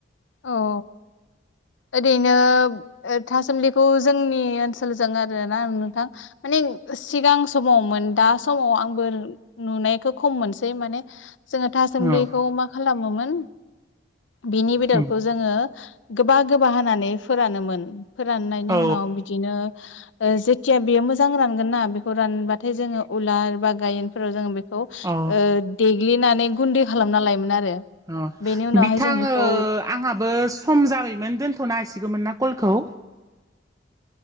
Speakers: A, on the left (about 85°); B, on the right (about 20°).
A: औ औ ओरैनो ओ थासुमलिखौ जोंनि ओनसोलजों आरोना नोंथां माने सिगां समाव मोन दा समाव आं बोर नुनायखौ खम मोनसै माने जोङो थासुमलिखौ
B: औ
A: मा खालामोमोन बिनि बेदरखौ
B: उम
A: जोङो गोबा गोबा हानानै फोरानोमोन फोराननायनि
B: औ
A: उनाव बिदिनो ओ जेथिया बेयो मोजां रानगोन ना बेखौ रानबाथाय जोङो उलार बा गायेनफोराव जोङो बे खौ ओ
B: औ
A: देग्लिनानै गुन्दै खालामना लायोमोन आरो।
B: अ
A: बेनि उनावहाय
B: बिथाङो
A: जों बेखौ
B: आंहा बो सम जाबायमोन दोनथ'नो हसिगौमोन ना कलखौ?